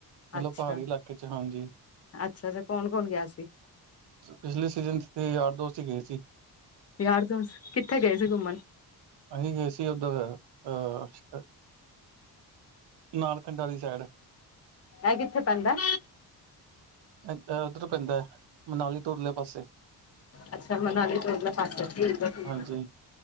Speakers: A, on the right; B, on the left.
A: ਮਤਲਬ
B: ਅੱਛਾ
A: ਪਹਾੜੀ ਇਲਾਕੇ ਚ ਹਾਂਜੀ।
B: ਅੱਛਾ ਅੱਛਾ ਕੌਣ ਕੌਣ ਗਿਆ ਸੀ
A: ਪਿਛਲੇ ਸੀਜ਼ਨ ਚ ਤੇ ਯਾਰ ਦੋਸਤ ਈ ਗਏ ਸੀ।
B: ਯਾਰ ਦੋਸਤ, ਕਿੱਥੇ ਗਏ ਸੀ ਕੁੰਮਣ
A: ਅਹੀ ਗਏ ਸੀ ਓਧਰ ਅਹ। ਨਾਲਕਡਾ ਦੀ ਸਾਈਡ
B: ਐ ਕਿੱਥੇ ਪੈਂਦਾ?
A: ਐ ਅ ਉੱਧਰ ਪੈਂਦਾ ਮਨਾਲੀ ਤੋਂ ਉਰਲੇ ਪਾਸੇ।
B: ਅੱਛਾ ਮਨਾਲੀ ਤੋਂ ਉਰਲੇ ਪਾਸੇ ਠੀਕ ਐ ਠੀਕ
A: ਹਾਂਜੀ